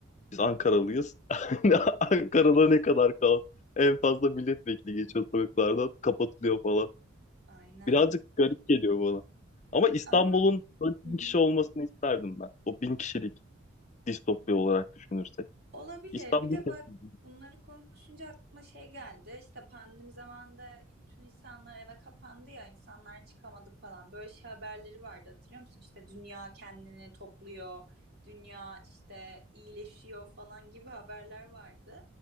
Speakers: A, on the left; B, on the right.
A: Biz Ankaralıyız. <laughs> Ankara'da ne kadar kaos. En fazla milletvekili geçiyor sokaklardan. Kapatılıyor falan.
B: Aynen.
A: Birazcık garip geliyor bana. Ama İstanbul'un
B: Ama
A: böyle bin
B: Hı hı.
A: kişi olmasını isterdim ben. O bin kişilik distopya olarak düşünürsek.
B: olabilir.
A: İstanbul
B: Bir de
A: kesin.
B: bak bunları konuşunca aklıma şey geldi. İşte pandemi zamanında bütün insanlar eve kapandı ya, insanlar çıkamadı falan. Böyle şey haberleri vardı hatırlıyor musun? İşte dünya kendini topluyor, dünya işte iyileşiyor falan gibi haberler vardı.